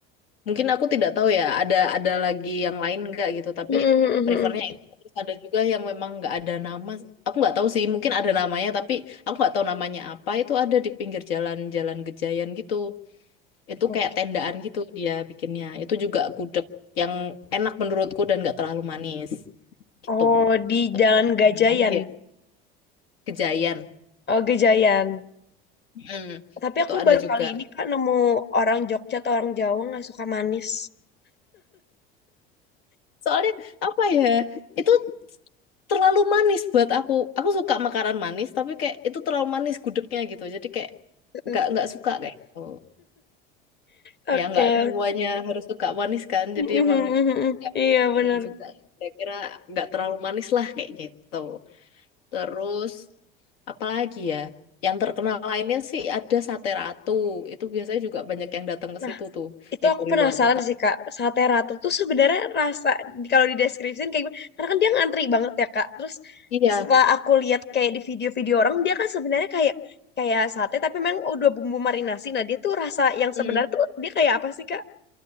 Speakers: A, on the left; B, on the left.
A: Mungkin aku tidak tahu ya, ada ada lagi yang lain nggak gitu, tapi
B: Mm-mm.
A: prefernya itu. Terus ada juga yang memang nggak ada nama. Aku nggak tahu sih, mungkin ada namanya, tapi aku nggak tahu namanya apa. Itu ada di pinggir jalan-jalan Gejayan gitu. Itu
B: Oke.
A: kayak tendaan gitu dia bikinnya. Itu juga gudeg yang enak menurutku dan nggak terlalu manis gitu.
B: Oh, di
A: Tapi
B: Jalan
A: nggak tahu
B: Gajayan.
A: namanya ya Gejayan.
B: Oh, Gejayan.
A: Mm.
B: Tapi
A: Itu
B: aku
A: ada
B: baru
A: juga.
B: kali ini, Kak, nemu orang Jogja atau orang Jawa nggak suka manis.
A: Soalnya apa ya? Itu terlalu manis buat aku. Aku suka makanan manis, tapi kayak itu terlalu manis gudegnya gitu. Jadi kayak
B: Heeh.
A: nggak nggak suka kayak gitu.
B: Oke.
A: Ya nggak semuanya harus suka manis kan.
B: Mm-mm.
A: Jadi emang ya pasti
B: Iya, bener.
A: milih juga. Kira-kira nggak terlalu manis lah kayak gitu. Terus apalagi ya? Yang terkenal lainnya sih ada sate ratu. Itu biasanya juga banyak yang datang ke
B: Nah,
A: situ tuh,
B: itu
A: yang
B: aku
A: dari
B: penasaran
A: luar kota.
B: sih kak sate ratu tuh sebenarnya rasa di- kalau dideskripsiin kayak gimana karena kan dia ngantri banget ya kak terus
A: Iya.
B: setelah aku lihat kayak di video-video orang dia kan sebenarnya kayak kayak sate tapi memang udah bumbu marinasi nah dia tuh rasa yang
A: Hmm.
B: sebenarnya tuh dia kayak apa sih kak